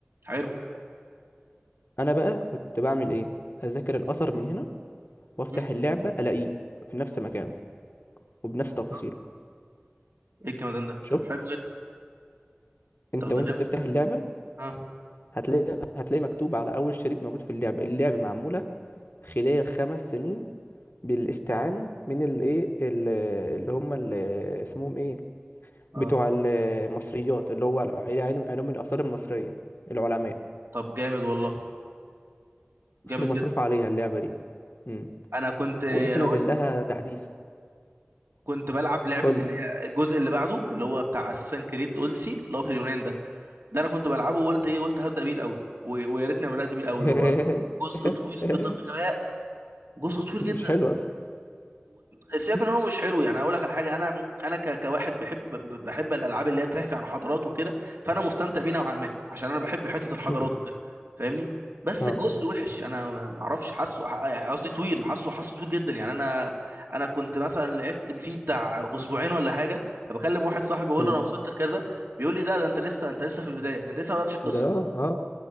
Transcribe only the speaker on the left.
انا بقى كنت بعمل ايه اذاكر الاثر من هنا وافتح
اللعبه الاقيه في نفس مكانه وبنفس تفاصيله
شفت
انت
وانت
بتفتح
اللعبه
هتلاقي هتلاقي مكتوب على اول شريط موجود في اللعبه اللعبه معموله خلال خمس سنين بالاستعانه من الايه اللي هم ال- اسمهم ايه
بتوع المصريات اللي هو الع- علم علوم الآثار المصرية العلماء
مصر مصروف
عليها اللعبة دي مم.
ولسه
نازل لها
تحديث
قول
لي
<laughs>
مش
حلو أصلا
<laughs>
مم.
اه
مم.
ده لا اه